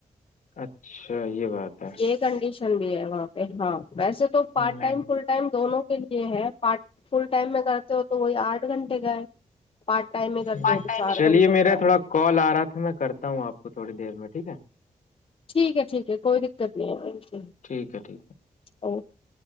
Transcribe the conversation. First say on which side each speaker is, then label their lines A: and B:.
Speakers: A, on the left; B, on the left.
A: اچھا یہ بات ہے
B: یہ کنڈیشن بھی ہے وہاں پہ ہاں ویسے تو تو پارٹ
A: ہوں
B: ٹائم
A: ہوں
B: فل ٹائم دونوں کے لیے ہے پارٹ فل ٹائم میں کرتے ہو تو وہی آرٹ چ گھنٹے کائے پارٹ ٹائم میں کرتے
A: پارٹ
B: ہو تو
A: ٹائم
B: چار
A: میں چلیے
B: گھنٹے
A: میرا
B: کائے
A: تھوڑا کال آ رہا تھا میں کرتا ہوں آپ کو تھوڑی دیر میں ٹھیک ہے
B: ٹھیک ہے ٹھیک ہے کوئی دقت نہیں ہے
A: ٹھیک ہے ٹھیک
B: اوکے